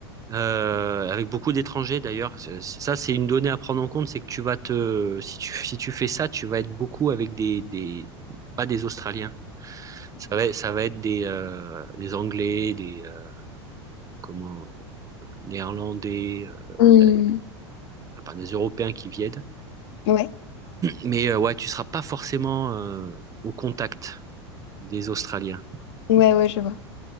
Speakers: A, on the right; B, on the left.
A: euh, avec beaucoup d'étrangers d'ailleurs. C'est- Ça, c'est une donnée à prendre en compte, c'est que tu vas te, si tu, si tu fais ça, tu vas être beaucoup avec des, des, pas des Australiens. Ça va, ça va être des, euh, des Anglais, des, euh, comment, Néerlandais, euh,
B: Hmm.
A: t'as- enfin, des Européens qui viennent.
B: Ouais,
A: Mais euh, ouais, tu seras pas forcément euh, au contact des Australiens.
B: ouais, ouais, je vois.